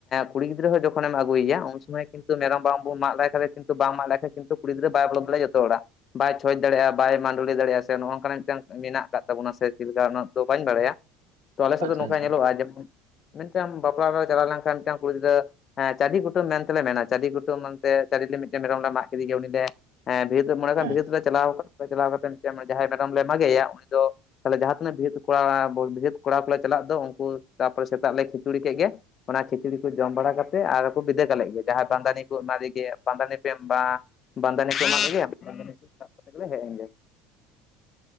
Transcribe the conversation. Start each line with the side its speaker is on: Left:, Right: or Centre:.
Left: ᱠᱩᱲᱤ ᱜᱤᱫᱽᱟᱹ ᱡᱚᱠᱷᱚᱱ ᱮᱢ ᱟᱜᱩ ᱩᱭᱟ ᱩᱱ ᱥᱚᱢᱚᱭ ᱠᱤᱱᱛᱩ ᱢᱮᱨᱚᱢ ᱵᱟᱝ ᱵᱚᱱ ᱢᱟᱜ ᱞᱮᱠᱷᱟᱡ ᱠᱤᱱᱛᱩ ᱵᱟᱝ ᱢᱟᱜ ᱞᱮᱠᱷᱟᱱ ᱠᱤᱱᱛᱩ ᱠᱩᱲᱤᱜᱤᱫᱽᱨᱟᱹ ᱵᱚᱞ ᱫᱟᱲᱮᱭᱟᱜ-ᱟ ᱡᱚᱛᱚ ᱚᱲᱟᱜ᱾ ᱵᱟᱭ ᱪᱷᱚᱸᱪ ᱫᱟᱲᱮᱭᱟᱜᱼᱟ ᱵᱟᱭ ᱢᱟᱸᱰᱞᱤ ᱫᱟᱲᱮᱭᱟᱜᱼᱟ ᱥᱮ ᱱᱚᱜ ᱱᱚᱝᱠᱟᱱᱟᱜ ᱢᱤᱫᱴᱟᱝ ᱢᱮᱱᱟᱜ ᱟᱠᱟᱫ ᱛᱟᱵᱚᱱᱟ ᱥᱮ ᱪᱮᱫ ᱞᱮᱠᱟ ᱩᱱᱟ. ᱜ ᱫᱚ ᱵᱟᱹᱧ ᱵᱟᱲᱟᱭᱟ ᱛᱚ ᱟᱞᱮ ᱥᱮᱫ
Right: ᱟᱪᱪᱷᱟ
Left: ᱫᱚ ᱱᱚᱝᱠᱟ
Right: ᱟᱪᱪᱷᱟ
Left: ᱧᱮᱞᱚᱜᱼᱟ ᱡᱮ ᱢᱮᱱᱛᱮ ᱟᱢ ᱵᱟᱯᱞᱟ ᱪᱟᱞᱟᱣ ᱞᱮᱱᱠᱷᱟᱱ ᱢᱤᱫᱴᱟᱝ ᱠᱩᱲᱤ ᱜᱤᱫᱽᱨᱟᱹ ᱦᱮᱸ ᱪᱟᱹᱰᱤ ᱠᱩᱴᱟᱹᱢ ᱢᱮᱱᱛᱮᱞᱮ ᱢᱮᱱᱟ ᱪᱟᱹᱰᱤ ᱠᱩᱠᱩᱴᱟᱹᱢ ᱢᱮᱱᱛᱮ ᱪᱟᱹᱰ ᱞᱮ ᱢᱤᱫᱴᱮᱱ ᱢᱮᱨᱚᱢ ᱞᱮ ᱢᱟᱜ ᱠᱮᱫᱮ ᱜᱮ ᱩᱱᱤᱞᱮ ᱦᱮᱸ ᱵᱟᱹᱨᱭᱟᱹᱛᱚᱜ ᱢᱚᱱᱮ ᱠᱷᱟᱱ
Right: ᱦᱮᱸ
Left: ᱵᱟᱹᱨᱭᱟᱹᱛᱚᱜ ᱞᱮ ᱪᱟᱞᱟᱣ ᱠᱟᱱᱟ ᱪᱟᱞᱟᱣ ᱠᱟᱛᱮ ᱡᱟᱦᱟᱸᱭ ᱢᱮᱨᱚᱢ ᱞᱮ ᱢᱟᱜᱮᱭᱟ ᱩᱱᱤ ᱫᱚ ᱛᱟᱦᱞᱮ ᱡᱟᱦᱟᱸ ᱛᱤᱱᱟᱹᱜ ᱵᱟᱹᱨᱭᱟᱹᱛ ᱠᱚᱲᱟ ᱵᱟᱹᱨᱭᱟᱹᱛ ᱠᱚᱲᱟ ᱠᱚᱞᱮ ᱪᱟᱞᱟᱜ ᱫᱚ ᱩᱱᱠᱩ ᱛᱟᱨᱯᱚᱨᱮ ᱥᱮᱛᱟᱜ ᱞᱮ ᱠᱷᱤᱪᱩᱲᱤ ᱠᱮᱫ ᱜᱮ ᱚᱱᱟ ᱠᱷᱤᱪᱲᱤ ᱠᱚ ᱡᱚᱢ ᱵᱟᱲᱟ ᱠᱟᱛᱮᱫ ᱟᱨ ᱵᱤᱫᱟᱹ ᱠᱟᱞᱮ ᱜᱮ ᱡᱟᱦᱟᱸᱭ ᱵᱟᱸᱫᱟᱱᱤ ᱠᱚ ᱮᱢᱟᱫᱮᱜᱮ ᱵᱟᱸᱫᱟᱱᱤ ᱯᱮᱸ ᱵᱟᱸ ᱵᱟᱸᱫᱟᱱᱤ ᱠᱚ <unintelligible> ᱮᱢᱟᱫᱮᱜᱮ ᱟᱫᱚ ᱵᱟᱸᱫᱟᱱᱤ ᱠᱚ ᱥᱟᱵ ᱟᱛᱮ ᱜᱮᱞᱮ ᱦᱮᱡ ᱮᱱ ᱜᱮ